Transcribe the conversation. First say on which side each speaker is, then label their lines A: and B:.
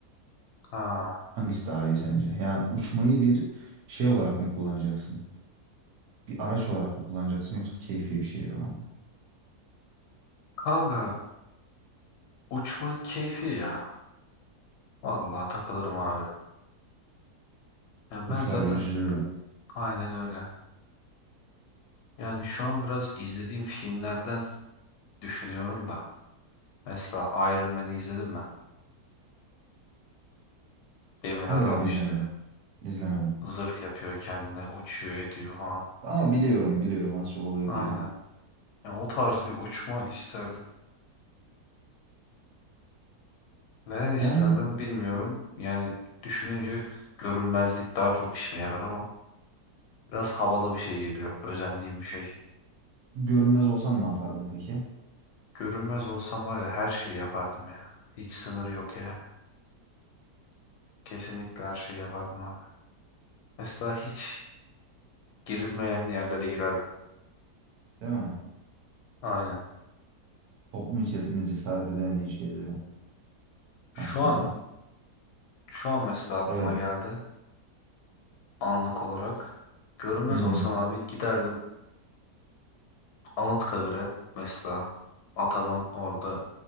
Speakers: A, on the left; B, on the right.
A: Ha.
B: Hangisi daha iyi sence? Yani uçmayı bir şey olarak mı kullanacaksın? Bir araç olarak mı kullanacaksın yoksa keyfi bir şey falan mı?
A: Kanka uçmayı keyfi ya. Vallahi takılırım abi. Yani
B: Kuşlar
A: ben zaten
B: gibi süzülürüm.
A: aynen öyle. Yani şu an biraz izlediğim filmlerden düşünüyorum da. Mesela Iron Man'i izledin mi? Demir
B: Hayır
A: adam
B: abi
A: işte.
B: izlemedim. İzlemedim.
A: Zırh yapıyor kendine, uçuyor ediyor falan.
B: Ama biliyorum biliyorum az çok olayı
A: Aynen.
B: biliyorum.
A: Yani o tarz bir uçma isterdim. Neden isterdim
B: Ben
A: bilmiyorum. Yani düşününce görünmezlik daha çok işime yarar ama biraz havalı bir şey geliyor. Özendiğim bir şey.
B: Görünmez olsan ne yapardın peki?
A: Görünmez olsam var ya her şeyi yapardım ya. Hiç sınırı yok yani. Kesinlikle her şeyi yapardım abi. Mesela hiç girilmeyen yerlere girerdim.
B: Değil mi?
A: Aynen.
B: Toplum içerisinde cesaret edemediğin şeyleri
A: Şu
B: aslında.
A: an şu an mesela aklıma
B: Evet.
A: geldi anlık olarak. Görünmez
B: Hı hı.
A: olsam abi giderdim Anıtkabir'e mesela atamın orada